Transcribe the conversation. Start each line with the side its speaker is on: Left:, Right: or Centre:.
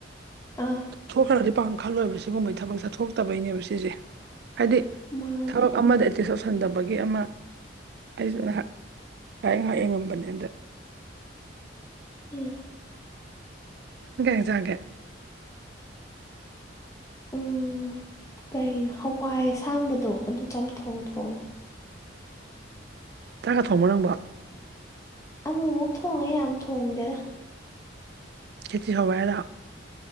Left: ꯑꯥ
Right: ꯊꯣꯛꯈ꯭ꯔꯗꯤ ꯄꯥꯛ ꯈꯜꯂꯣꯏꯕ ꯁꯤꯒꯨꯝꯕꯒꯤ ꯊꯕꯛꯁꯦ ꯊꯣꯛꯇ ꯕꯩꯅꯦꯕ ꯁꯤꯁꯦ ꯍꯥꯏꯗꯤ
Left: ꯃꯥꯅꯦ
Right: ꯊꯕꯛ ꯑꯃꯗ ꯑꯦꯇꯤ ꯁꯧꯁꯟꯗꯕꯒꯤ ꯑꯃ ꯑꯩꯁꯤ ꯉꯥꯏꯍꯥꯛ ꯉꯥꯏ ꯉꯥꯏꯍꯥꯛ ꯌꯦꯉꯝꯕꯅꯦ ꯑꯟꯗ
Left: ꯎꯝ
Right: ꯀꯩ ꯑꯦꯟꯁꯥꯡ ꯆꯔꯒꯦ
Left: ꯎꯝ ꯀꯩꯅꯣ ꯍꯋꯥꯏ ꯑꯁꯥꯡꯕꯗꯣ ꯑꯗꯨ ꯆꯝꯊꯣꯡ ꯊꯣꯡꯉꯦ
Right: ꯆꯥꯛꯀ ꯊꯣꯡꯕꯔꯣ ꯅꯪꯕꯤ
Left: ꯑꯃꯨꯛ ꯑꯃꯨꯛ ꯊꯣꯡꯉꯦ ꯌꯥꯝ ꯊꯣꯡꯗꯦꯗ
Right: ꯈꯦꯇ ꯍꯋꯥꯏꯗ